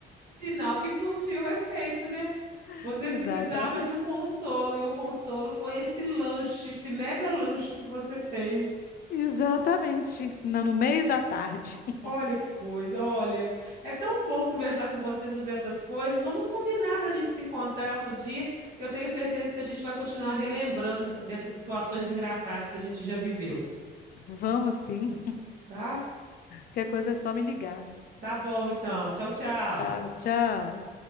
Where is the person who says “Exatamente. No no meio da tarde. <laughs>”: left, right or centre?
Left